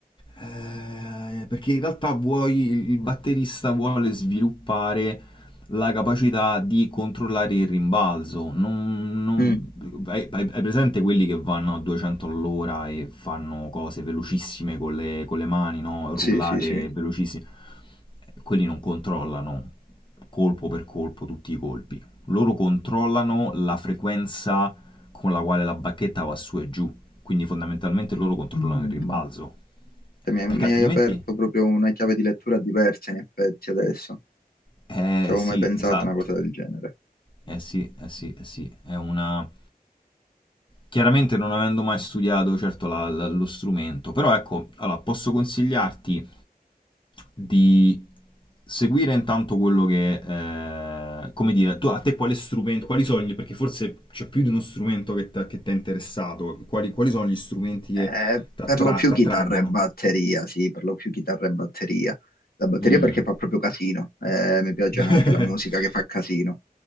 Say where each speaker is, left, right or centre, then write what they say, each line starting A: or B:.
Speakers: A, on the left; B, on the left.
A: eh, perché in realtà vuoi, il il batterista vuole sviluppare la capacità di controllare il rimbalzo. Non- non-
B: Mm,
A: hai, hai- hai presente quelli che vanno a 200 all'ora e fanno cose velocissime con le, con le mani, no?
B: sì,
A: Rullate
B: sì, sì.
A: velocissime. Quelli non controllano colpo per colpo tutti i colpi loro controllano la frequenza con la quale la bacchetta va su e giù, quindi fondamentalmente loro controllano
B: Mm.
A: il rimbalzo,
B: Cioè,
A: Eh,
B: mi hai,
A: perché
B: mi
A: altrimenti...
B: hai aperto proprio una chiave di lettura diversa in effetti adesso.
A: Eh
B: Ci avevo
A: sì,
B: mai pensato
A: esatto.
B: a una cosa del genere.
A: Eh sì, eh sì, eh sì, è una... Chiaramente non avendo mai studiato certo la- la- lo strumento, però ecco, allora, posso consigliarti di seguire intanto quello che, eh, come dire, tu, a te quale strumento, quali sono gli, perché forse c'è più di uno strumento che ti che t'ha interessato, quali, quali sono gli strumenti
B: Eh,
A: che ti attraggono?
B: per lo più chitarra e batteria, sì, per lo più chitarra e batteria. La batteria
A: Mm.
B: perché fa proprio casino, eh, mi piace
A: <laughs>
B: anche la musica che fa casino,